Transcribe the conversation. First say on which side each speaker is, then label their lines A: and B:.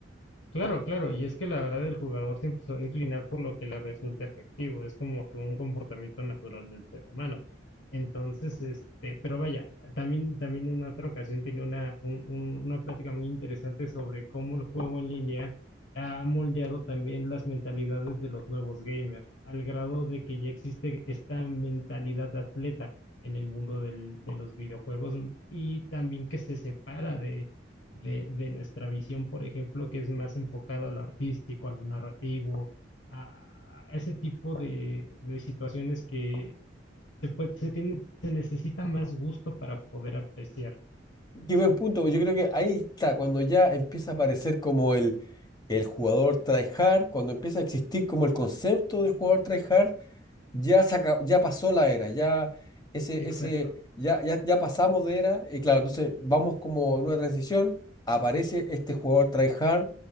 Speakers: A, on the left; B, on the left.
A: Claro, claro, y es que la verdad el jugador siempre se va a inclinar por lo que le resulta efectivo, es como que un comportamiento natural del ser humano. Entonces, este, pero vaya, también, también en otra ocasión tiene una, un- un- una plática muy interesante sobre cómo el juego en línea ha moldeado también las mentalidades de los nuevos gamers, al grado de que ya existe esta mentalidad de atleta en el mundo del- de los videojuegos y también que se separa de, de nuestra visión, por ejemplo, que es más enfocada a lo artístico, a lo narrativo, a, a ese tipo de, de situaciones que se, puede- se, tiene, se necesita más gusto para poder apreciar.
B: Qué buen punto. Yo creo que ahí está, cuando ya empieza a aparecer como el, el jugador tryhard, cuando empieza a existir como el concepto del jugador tryhard, ya se aca- ya pasó la era, ya ese,
A: Exacto.
B: ese, ya, ya, ya pasamos de era, y claro, entonces vamos como en una transición, aparece este jugador tryhard,